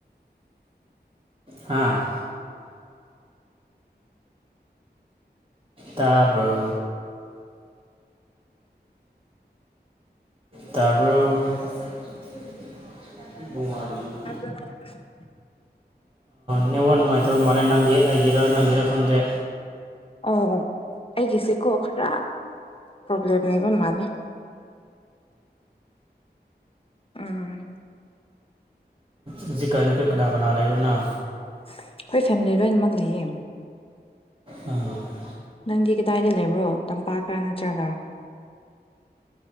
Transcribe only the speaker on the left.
<unintelligible>
ꯑꯣ ꯑꯩꯒꯤꯁꯦꯀꯣ ꯈꯔ ꯄ꯭ꯔꯣꯕ꯭ꯂꯦꯝ ꯂꯩꯕ ꯃꯥꯜꯂꯦ ꯎꯝ
ꯑꯩꯈꯣꯏ ꯐꯦꯃꯤꯂꯤ ꯂꯣꯏꯅꯃꯛ ꯂꯩꯌꯦ
ꯅꯪꯗꯤ ꯀꯗꯥꯏꯗ ꯂꯩꯕ꯭ꯔꯣ ꯇꯝꯄꯥꯛꯀ ꯅꯠꯇ꯭ꯔꯒ,